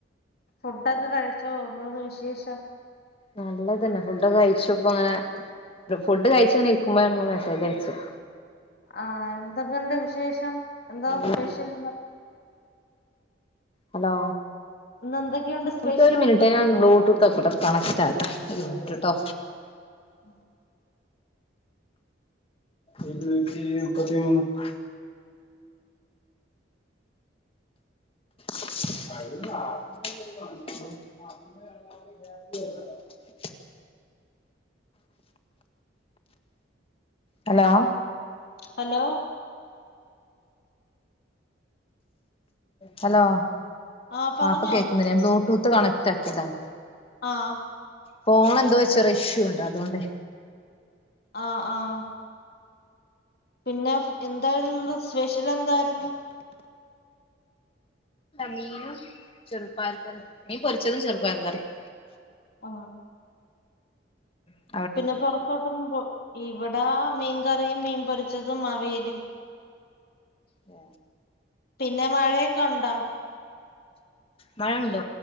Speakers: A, on the left; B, on the left.
A: ഫുഡൊക്കെ കഴിച്ചോ എന്തുണ്ട് വിശേഷം
B: നല്ലത്ന്നെ ഫുഡെ കഴിച്ചു ഇപ്പ അങ്ങനെ ഫുഡ് കഴിച്ച അങ്ങെ ഇരിക്കുമ്പോഴാണ് ങ്ങള് മെസ്സേജ് അയച്ചത്
A: ആഹ എന്തക്കണ്ട് വിശേഷം എന്താ
B: എങ്ങനെ
A: സ്പെഷ്യൽ
B: ഹലോ
A: ഇന്ന് എന്തൊക്കെയുണ്ട് സ്പെഷ്യല്
B: പക്ഷ ഒരു മിനിറ്റ് ഞാൻ ബ്ലൂടൂത്ത് ഒക്കോൂടെ കണക്റ്റ് ആട്ട ഒരു മിനിറ്റ് കേട്ടോ
A: ഉ
B: ഇി പതി <unintelligible> അ <unintelligible> <unintelligible>
A: <inaudible>
B: ഹലോ
A: ഹലോ
B: ഹലോ
A: ആഹ് പറഞ്ഞോ
B: ഇപ്പം കേൾക്കുന്നില്ലേ ഞാൻ ബ്ലൂടൂത്ത് കണക്റ്റ് ആക്കിയതാ
A: ആഹ
B: ഫോൺ എന്തോ ചെറിയ ഇഷ്യൂ ഉണ്ട് അതോണ്ടെ
A: ആഹ ആഹ പിന്നെ എന്തായിരുന്നു സ്പെഷ്യൽ എന്തായിരുന്നു
B: മീനും ചെറുപയർ കറി മീൻ പൊരിച്ചതും ചെറുപ്പയർ കറിയും
A: ഹ
B: ആഹ
A: പിന്നെ പുറത്തോട്ടൊന്നും പോ ഇവിടെ മീൻകറിയും മീൻ പൊരിച്ചതും അവിയലും
B: ആ
A: പിന്നെ മഴയൊക്കെ ഉണ്ടോ
B: മഴുണ്ട്